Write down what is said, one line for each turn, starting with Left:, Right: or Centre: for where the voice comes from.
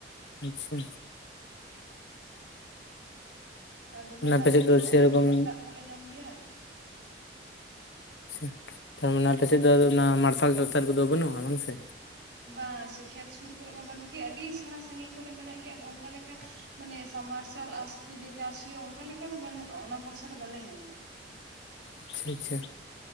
Left: ᱟᱪᱪᱷᱟ
Right: ᱟᱨ ᱫᱚᱢᱮ
Left: ᱚᱱᱟ
Right: ᱫᱟᱜ
Left: ᱟᱯᱮ ᱥᱮᱫ
Right: ᱞᱮᱠᱷᱟᱡ
Left: ᱫᱚ ᱥᱮᱨᱚᱠᱚᱢ
Right: ᱚᱱᱮ ᱠᱮᱱᱮᱞ ᱫᱟᱜ ᱠᱚᱞᱮ ᱧᱟᱢ ᱜᱮᱭᱟ
Left: ᱟᱪᱪᱷᱟ ᱛᱟᱨ ᱢᱟᱱᱮ ᱟᱯᱮ ᱥᱮᱫ ᱫᱚ ᱚᱱᱟ ᱢᱟᱨᱥᱟᱞ <unintelligible> ᱠᱚᱫᱚ ᱵᱟᱹᱱᱩᱜᱼᱟ ᱵᱟᱝ ᱥᱮ?
Right: ᱵᱟᱝᱟ ᱥᱮ ᱠᱷᱮᱛ ᱥᱩᱨ ᱠᱚᱨᱮᱜ ᱢᱟ ᱵᱟᱹᱱᱩᱜ ᱜᱮ, ᱟᱹᱰᱤ ᱪᱷᱟᱲᱟ ᱥᱟᱺᱜᱤᱧ ᱠᱚᱨᱮ ᱢᱮᱱᱟᱜ ᱜᱮᱭᱟ ᱟᱫᱚ ᱚᱱᱠᱟ ᱞᱮᱠᱟ ᱢᱟᱱᱮ ᱥᱟᱵᱢ ᱢᱟᱨᱥᱟᱞ ᱟᱥ ᱛᱮ ᱡᱮ ᱪᱟᱥ ᱦᱩᱭᱩᱜᱼᱟ ᱚᱱᱠᱟ ᱞᱮᱠᱟ ᱫᱚ ᱵᱟᱹᱱᱩᱜᱼᱟ ᱚᱱᱟ ᱵᱷᱚᱨᱥᱟ ᱫᱚ ᱵᱟᱞᱮ ᱧᱟᱢᱟ ᱟᱨᱠᱤ᱾
Left: ᱟᱪᱪᱷᱟ ᱟᱪᱪᱷᱟ